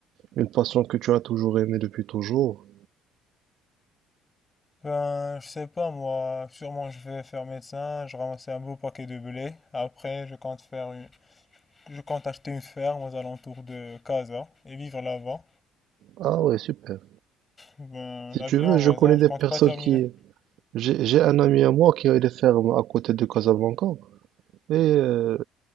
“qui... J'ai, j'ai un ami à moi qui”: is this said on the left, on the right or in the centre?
Right